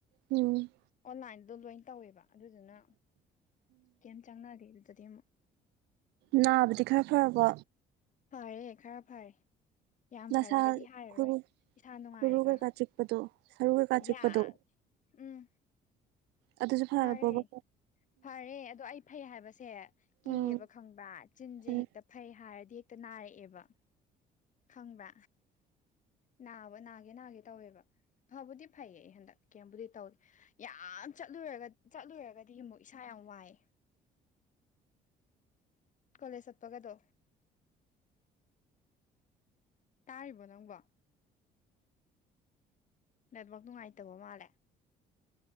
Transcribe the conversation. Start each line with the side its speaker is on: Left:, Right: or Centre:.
Right: ꯎꯝ
Left: ꯑꯣꯟꯂꯥꯏꯟꯗꯣ ꯂꯣꯏ ꯇꯧꯋꯦꯕ ꯑꯗꯨꯗꯨꯅ ꯀꯩꯝ ꯆꯪꯅꯗꯦ ꯑꯗꯨꯗꯗꯤ ꯑꯃꯨꯛ
Right: ꯅꯥꯕꯗꯤ ꯈꯔ ꯐꯔꯕꯣ
Left: ꯐꯔꯦ ꯈꯔ ꯐꯔꯦ ꯌꯥꯝ
Right: ꯅꯁꯥ
Left: ꯐꯔꯦꯒꯗꯤ ꯍꯥꯏꯔꯔꯣꯏ
Right: ꯈꯨꯔꯨ
Left: ꯏꯁꯥ ꯅꯨꯡꯉꯥꯏꯔꯦ
Right: ꯈꯨꯔꯨ
Left: ꯈꯔ
Right: ꯀꯩꯀꯥ ꯆꯤꯛꯄꯗꯣ ꯁꯔꯨ ꯀꯩꯀꯥ
Left: ꯌꯥꯁ
Right: ꯆꯤꯛꯄꯗꯣ
Left: ꯎꯝ
Right: ꯑꯗꯨꯁꯨ ꯐꯥꯔꯄꯕ
Left: ꯐꯔꯦ ꯐꯔꯦ ꯑꯗꯣ ꯑꯩ ꯐꯩ ꯍꯥꯏꯕꯁꯦ ꯀꯤꯌꯦꯕ
Right: ꯎꯝ
Left: ꯈꯪꯕ꯭ꯔꯥ ꯆꯤꯟꯁꯦ
Right: ꯎꯝ
Left: ꯍꯦꯛꯇ ꯐꯩ ꯍꯥꯏꯔꯗꯤ ꯍꯦꯛꯇ ꯅꯥꯔꯛꯑꯦꯕ ꯈꯪꯕ꯭ꯔꯥ ꯅꯥꯕ ꯅꯥꯒꯦ ꯅꯥꯒꯦ ꯇꯧꯋꯦꯕ ꯐꯕꯨꯗꯤ ꯐꯩꯌꯦ ꯑꯩ ꯍꯟꯗꯛ ꯀꯦꯝꯕꯨꯗꯤ ꯇꯧꯗꯦ ꯌꯥꯝ ꯆꯠꯂꯨꯔ ꯆꯠꯂꯨꯔꯒꯗꯤ ꯑꯃꯨꯛ ꯏꯁꯥ ꯌꯥꯝ ꯋꯥꯏꯑꯦ ꯀꯣꯂꯦꯖ ꯆꯠꯄꯒꯗꯣ ꯇꯥꯔꯤꯕꯣ ꯅꯪꯕꯣ ꯅꯦꯠꯋꯥꯛ ꯅꯨꯡꯉꯥꯏꯇꯕ ꯃꯥꯜꯂꯦ